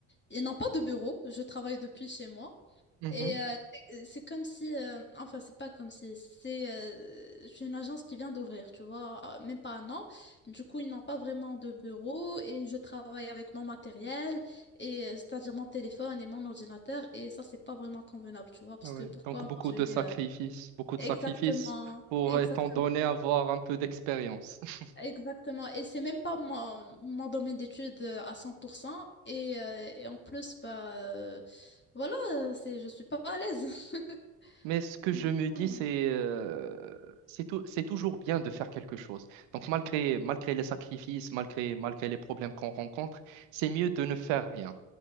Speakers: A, on the left (about 25°); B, on the right (about 75°).
A: ils n'ont pas de bureau, je travaille depuis chez moi.
B: Mhm.
A: Et euh, c'est c'est comme si, euh, enfin, c'est pas comme si, c'est euh, c'est une agence qui vient d'ouvrir, tu vois, euh, même pas un an. Du coup, ils n'ont pas vraiment de bureau et je travaille avec mon matériel, et euh, c'est-à-dire mon téléphone et mon ordinateur, et ça, c'est pas vraiment convenable, tu vois, parce
B: Ah ouais.
A: que pourquoi
B: Donc
A: moi
B: beaucoup
A: je
B: de
A: vais.
B: sacrifices,
A: euh,
B: beaucoup de
A: exactement,
B: sacrifices pour,
A: exactement,
B: étant donné, avoir un peu d'expérience. <laughs>
A: exactement. Et c'est même pas mon, mon domaine d'études euh, à 100%, et, euh, et en plus, bah, euh, voilà, euh, c'est, je suis pas à l'aise. <laughs>
B: Mais ce que je
A: Du
B: me
A: coup,
B: dis, c'est
A: euh,
B: euh, c'est tou- c'est toujours bien de faire quelque chose. Donc malgré, malgré les sacrifices, malgré, malgré les problèmes qu'on rencontre, c'est mieux de ne faire rien.